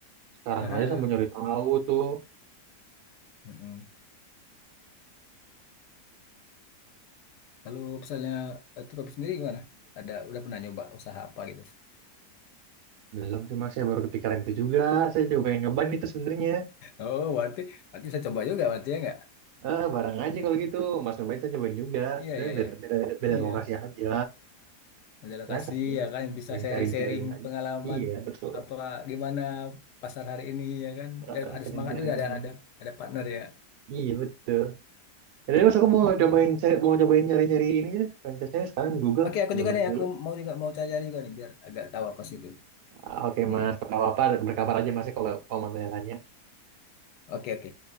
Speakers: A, on the right (about 75°); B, on the left (about 80°).
A: sekarang
B: <laughs>
A: aja sambil nyari tahu tuh.
B: Mm-mm. Kalau misalnya eh, tuh Robby sendiri gimana? Ada udah pernah nyoba usaha apa gitu? <laughs>
A: Belum sih mas, saya baru kepikiran itu juga, saya juga pengen nyobain itu sebenarnya.
B: Oh, berarti berarti bisa coba juga berarti ya nggak?
A: eh barang aja kalau gitu, mas nyobain saya nyobain juga,
B: Iya,
A: dan
B: iya,
A: beda,
B: iya.
A: beda, beda
B: Iya,
A: lokasi aja.
B: majalah
A: Ya,
B: kasih
A: saling
B: ya kan bisa
A: saling
B: sharing-sharing
A: sharing-sharing aja.
B: pengalaman
A: Iya, betul.
B: apa gimana pasar hari ini ya kan
A: Heeh,
B: biar ada
A: Sharing-sharing
B: semangat juga ada
A: aja.
B: ada ada partner ya.
A: Iya, betul. Jadi mas aku mau
B: Hmm.
A: cobain cari- mau cobain nyari-nyari ini ya, franchise-nya sekarang di Google.
B: Oke, aku
A: Mau
B: juga
A: cobain
B: nih
A: dulu.
B: aku mau juga mau cari-cari juga nih biar agak tahu apa sih itu.
A: Ah, Oke,
B: Hmm.
A: Mas.
B: hmm.
A: Apa-apa berkabar aja Mas ya kalau kalau mau tanya-tanya.
B: Oke oke,